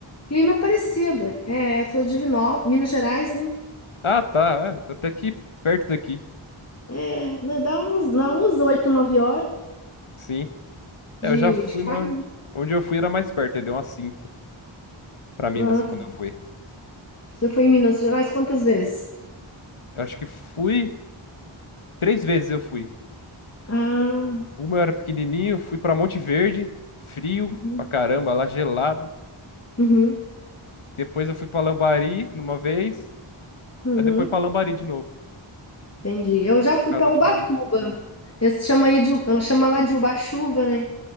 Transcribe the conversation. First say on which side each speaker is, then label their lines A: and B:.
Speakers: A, on the left; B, on the left.
A: Clima é parecido, é, eu sou de Divinópolis, Minas Gerais, né?
B: Ah, tá. É, até aqui perto daqui.
A: É, né, dá uns, dá uns 8, 9 horas
B: Sim.
A: de,
B: É, eu já fui,
A: de
B: mas
A: carro.
B: onde eu fui era mais perto. aí Deu umas 5 pra Minas
A: Ah,
B: quando
A: tá.
B: eu fui.
A: Você foi em Minas Gerais quantas vezes?
B: Eu acho que fui. Três vezes eu fui.
A: Ah,
B: Uma eu era pequenininho, fui pra Monte Verde, frio
A: uhum,
B: pra caramba, lá gelado.
A: uhum,
B: Depois eu fui pra Lambari numa vez.
A: uhum,
B: Aí depois pra Lambari de novo,
A: entendi. Eu já fui
B: casa
A: para
B: de
A: Ubatuba.
B: parente.
A: Esse chama aí de, Uba- chama lá de Ubachuva, né?